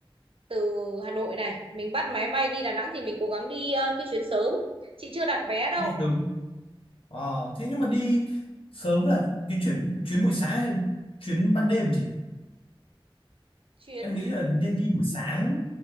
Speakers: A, on the right (about 75°); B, on the left (about 75°).
A: từ Hà Nội này, mình bắt máy bay đi Đà Nẵng thì mình cố gắng đi uh, cái chuyến sớm. Chị chưa đặt vé đâu.
B: Đi sớm. Ờ, thế nhưng mà đi sớm là cái chuyến chuyến buổi sáng hay chuyến ban đêm chị?
A: Chuyến
B: Em nghĩ là nên đi buổi sáng